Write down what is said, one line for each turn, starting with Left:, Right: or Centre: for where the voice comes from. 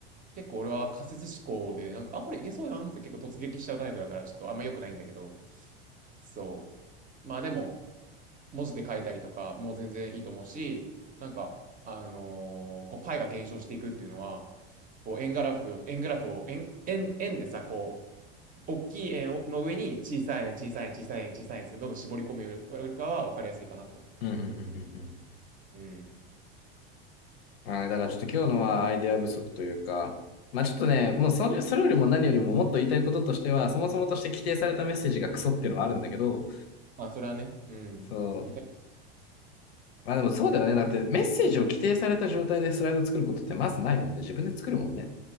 Right: 結構俺は仮説思考で、なんか、あ、これいけそうやんって結構突撃しちゃうタイプだから、ちょっとあんま良くないんだけど、そう。まあでも、文字で書いたりとか、もう全然いいと思うし、なんか、あのーこう、パイが減少していくっていうのは、こう、円グラフ、円グラフを、円、円、円でさ、こう、大きい円をの上に小さい円、小さい円、小さい円、小さい円ってどんどん絞り込むよりかは分かりやすいかなと思った。
Left: うんうんうんうんうん。
Right: うん。
Left: あーねだからちょっと今日のはアイデア不足というか、まあちょっとね、もうそれ、それよりも何よりももっと言いたいこととしては、そもそもとして規定されたメッセージがクソっていうのはあるんだけど、
Right: まあ、それはね、うん。
Left: そう。
Right: いた
Left: まあでもそうだよね。だってメッセージを規定された状態でスライド作ることってまずないもんね。自分で作るもんね。